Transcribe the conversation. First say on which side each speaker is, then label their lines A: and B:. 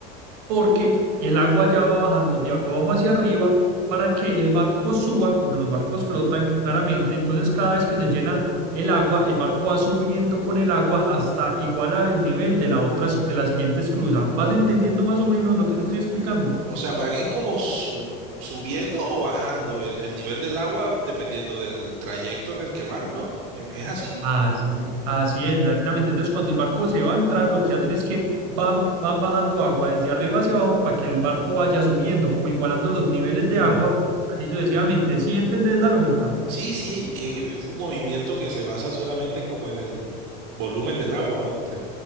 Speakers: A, on the right; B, on the right.
A: porque el agua ya va bajando de abajo hacia arriba para que el barco suba, como los barcos flotan claramente, entonces cada vez que se llena el agua, el barco va subiendo con el agua hasta igualar el nivel de la otra, es- de la siguiente esclusa. ¿Vas entendiendo más o menos lo que te estoy explicando?
B: O sea, van es como su- subiendo o bajando el, el nivel del agua dependiendo del trayecto en el que van, ¿no? Me ima- Es así.
A: Así, así es, exactamente. Entonces, cuando el barco se va a entrar, lo que hacen es que van, van bajando agua desde arriba hacia abajo para que el barco vaya subiendo, como igualando los niveles de
B: Mm.
A: agua, así sucesivamente. ¿Sí entendés la lógica?
B: Sí, sí, que, que es un movimiento que se basa solamente como en el volumen del agua, ¿no? Entre